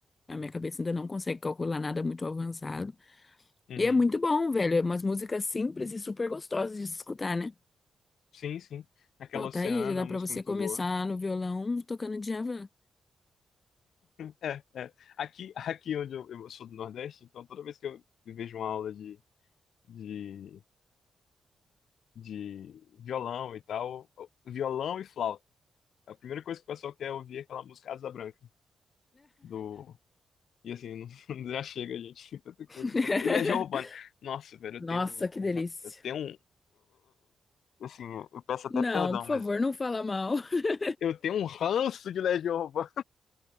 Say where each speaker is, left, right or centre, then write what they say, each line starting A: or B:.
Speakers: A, on the left (about 30°); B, on the left (about 80°).
A: A minha cabeça ainda não consegue calcular nada muito avançado.
B: Uhum.
A: E é muito bom, velho. É umas músicas simples e super gostosas de se escutar, né?
B: Sim, sim. Aquela
A: Pô,
B: Oceana,
A: tá aí, já dá
B: é uma
A: pra
B: música
A: você
B: muito
A: começar
B: boa.
A: no violão tocando Djavan.
B: É, é. Aqui, aqui onde eu, eu sou do Nordeste, então toda vez que eu vejo uma aula de, de, de violão e tal, violão e flauta, é a primeira coisa que o pessoal quer ouvir é aquela música Asa Branca, do... E assim, <laughs> não, já chega, gente, tem tanta coisa
A: <laughs>
B: pra trás. E Legião Urbana. Nossa, velho, eu
A: Nossa,
B: tenho um...
A: que
B: um
A: delícia.
B: ran- Eu tenho um... Assim, eu peço até
A: Não,
B: perdão,
A: por favor,
B: mas...
A: não fala mal. <laughs>
B: Eu tenho um ranço de Legião Urbana.